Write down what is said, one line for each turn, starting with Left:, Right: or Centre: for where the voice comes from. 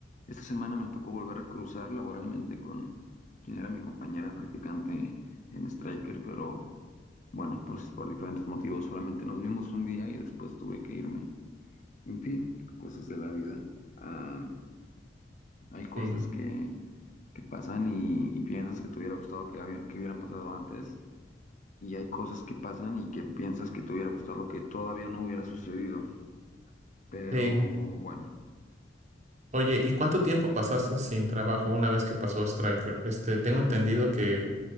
Left: Esta semana me tocó volver a cruzar laboralmente con quien era mi compañera practicante en Striker, pero bueno, pues por diferentes motivos solamente nos vimos un día y después tuve que irme. En fin, cosas de la vida. Ah, hay cosas
Right: Sí.
Left: que que pasan y, y piensas que te hubiera gustado que, habi- que hubieran pasado antes. Y hay cosas que pasan y que piensas que te hubiera gustado que todavía no hubiera sucedido. Pero
Right: Sí.
Left: bueno,
Right: Oye, ¿y cuánto tiempo pasaste sin trabajo una vez que pasó Striker? Este, tengo entendido que